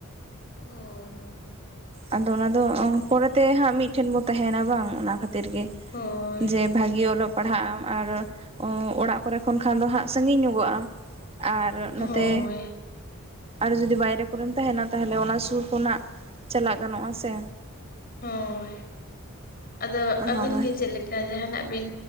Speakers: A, on the left; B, on the right.
A: ᱦᱳᱭ ᱦᱳᱭ,
B: ᱟᱫᱚ ᱚᱱᱟ ᱫᱚ ᱯᱚᱨᱮᱛᱮ ᱦᱟᱸᱜ ᱢᱤᱫᱴᱷᱮᱱ ᱵᱚ ᱛᱟᱦᱮᱱᱟ, ᱵᱟᱝ ᱚᱱᱟ ᱠᱷᱟᱹᱛᱤᱨ ᱜᱮ᱾
A: ᱦᱳᱭ
B: ᱡᱮ ᱵᱷᱟ ᱜᱮ ᱚᱞᱚᱜ ᱯᱟᱲᱦᱟᱜ ᱟᱢ, ᱟᱨ ᱚᱲᱟᱜ ᱠᱚᱨᱮ ᱠᱷᱚᱱ ᱠᱷᱟᱱ ᱫᱚ ᱦᱟᱸᱜ ᱥᱟᱺᱜᱤᱧ ᱧᱚᱜᱚᱜ ᱟᱢ᱾ ᱟᱨ
A: ᱦᱳᱭ
B: ᱱᱚᱛᱮ ᱟᱨ ᱡᱩᱫᱤ ᱵᱟᱭᱨᱮ ᱠᱚᱨᱮᱢ ᱛᱟᱦᱮᱱᱟ, ᱛᱟᱦᱚᱞᱮ ᱚᱱᱟ ᱥᱩᱨ ᱠᱷᱚᱱᱟᱜ ᱪᱟᱞᱟᱜ ᱜᱟᱱᱚᱜᱼᱟ ᱥᱮ
A: ᱦᱳᱭ, ᱟᱫᱚ
B: ᱦᱳᱭ
A: ᱟᱹᱵᱤᱱ ᱜᱮ ᱪᱮᱫ ᱞᱮ ᱠᱟ, ᱡᱟᱦᱱᱟᱜ ᱵᱤᱱ